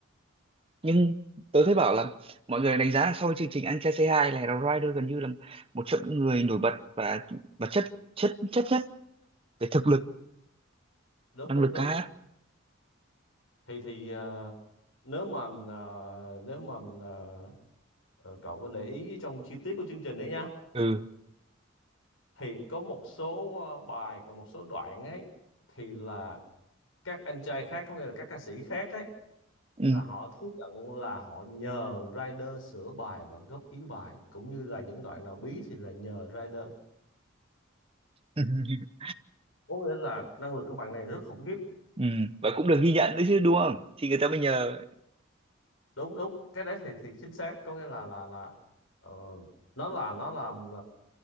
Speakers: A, on the right; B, on the left.
A: nhưng tớ thấy bảo là mọi người đánh giá là sau chương trình Anh Trai Say Hi này là Rider gần như là một trong những người nổi bật và và chất chất chất nhất về thực lực
B: đúng
A: năng
B: đúng
A: lực
B: đúng
A: ca hát
B: thì thì ờ, nếu mà ờ, nếu mà ờ, ờ, cậu có để ý trong chi tiết của chương trình đấy nha
A: ừ
B: thì có một số ờ, bài và một số đoạn ấy thì là các anh trai khác có nghĩa là các ca sĩ khác ấy
A: ừ
B: là họ thú nhận là họ nhờ rider sửa bài và góp ý bài cũng như là những đoạn nào bí thì là nhờ rider
A: <laughs>
B: có nghĩa là năng lực của bạn này rất khủng khiếp
A: ừ và cũng được ghi nhận nữa chứ đúng không thì người ta mới nhờ
B: đúng đúng cái đấy thì thì chính xác có nghĩa là là là ờ, nó là nó làm